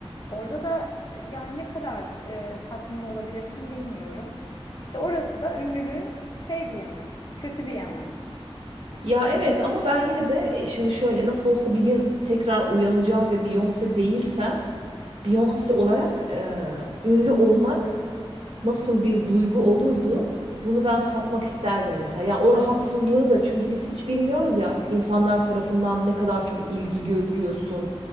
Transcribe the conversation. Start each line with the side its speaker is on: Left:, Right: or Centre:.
Left: Orada da yani ne kadar e, tatmin olabilirsin bilmiyorum. İşte orası da ünlülüğün şey bir yanı, kötü bir yanı.
Right: Ya evet ama ben yine de e, şimdi şöyle nasıl olsa bir gün tekrar uyanacağım ve Beyoncé değilsem Beyoncé olarak e, ünlü olmak nasıl bir duygu olurdu? Bunu ben tatmak isterdim mesela. Yani o rahatsızlığı da çünkü biz hiç bilmiyoruz ya insanlar tarafından ne kadar çok ilgi görüyorsun